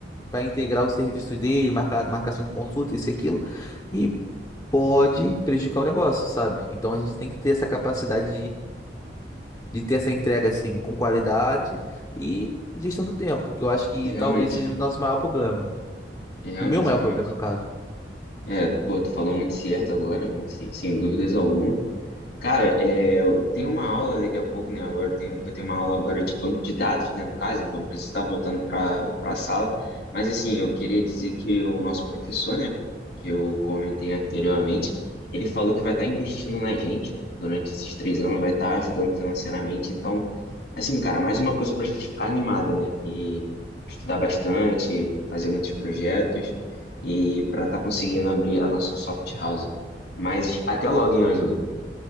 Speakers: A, on the left; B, on the left.
A: para integrar os serviços dele, marca, marcação de consulta, isso e aquilo, e pode prejudicar o negócio, sabe? Então, a gente tem que ter essa capacidade de ter essa entrega assim com qualidade e gestão do tempo, que eu acho que
B: realmente,
A: talvez seja o nosso maior problema.
B: realmente,
A: O meu maior
B: realmente.
A: problema, no caso.
B: É, pô, tu falou muito certo agora, sem, sem dúvidas alguma. Cara, é, eu tenho uma aula daqui a pouco, né? Agora eu tenho, vou ter uma aula agora de banco de dados, né? No caso, então eu preciso estar voltando para para a sala. Mas assim, eu queria dizer que o nosso professor, né? Que eu comentei anteriormente, ele falou que vai estar investindo na gente durante esses três anos, vai estar ajudando financeiramente. Então, assim, cara, mais uma coisa para a gente ficar animado, né? E estudar bastante, fazer muitos projetos e para estar conseguindo abrir a nossa soft house. Mas até logo, hein, Ângelo?